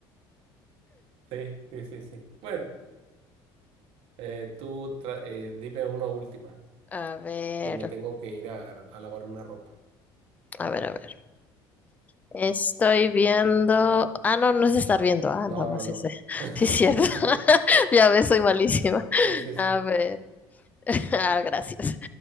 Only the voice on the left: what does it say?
A ver,
a ver, a ver. Estoy viendo. Ah, no, no es estar viendo. Ah,
nada más
ese. <laughs>
Sí, es cierto. <laughs> Ya ves, soy malísima.
A ver. <laughs> Ah, gracias.